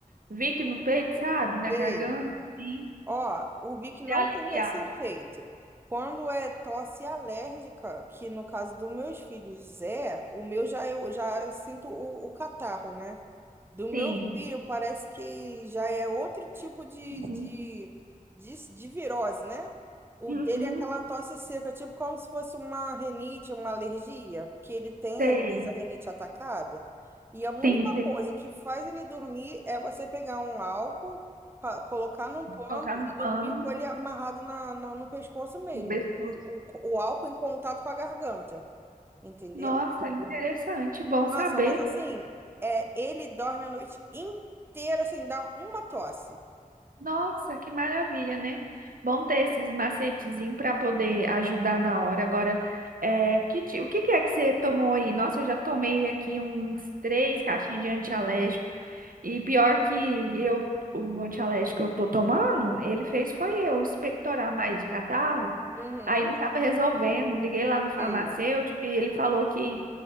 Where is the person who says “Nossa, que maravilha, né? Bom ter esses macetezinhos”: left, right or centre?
Right